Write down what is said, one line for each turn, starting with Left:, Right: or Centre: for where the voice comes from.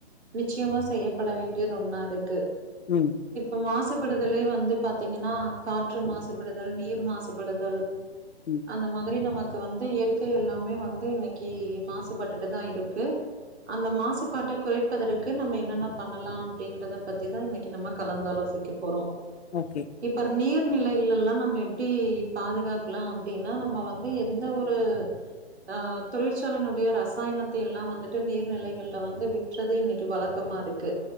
Right: நிச்சயமா செய்யப்பட வேண்டிதுல ஒண்ணா இருக்கு
Left: ம்
Right: இப்ப மாஸ்சுப் படுதலே வந்து பாத்தீங்கன்னா கா ற்று மாசுபடுதல் நீர் மாசுபடுதல்
Left: ம்
Right: அந்த மாதிரி நமக் க்கு வந்து இயற்கை எல்லாமே வந்து இன்னிக்கு மாசுபட்டுட்டுதா இருக்கு அந்த மாசுபாட்ட குறைப்பதற்கு நம்ம என்னென்ன பண்ணலா அப்டிங்கறத பத்திதா இன்னிக்கு நம்ம கலந்தாலோசிக்க போறோ
Left: ஓகே
Right: இப்பர் நீர் நிலைகள் எல்லா நம்ம எப்டி பாதுகாக்கலா அப்டின்னா நம்ம வந்து எந்த ஒரு ஆ தொழிற்சாலையினுடைய ரசாயனத்தை எல்லா வந்துட்டு நீர்நிலைகள்ல வந்து விற்றதே இன்னிக்கு வலக்கமா இரு க்கு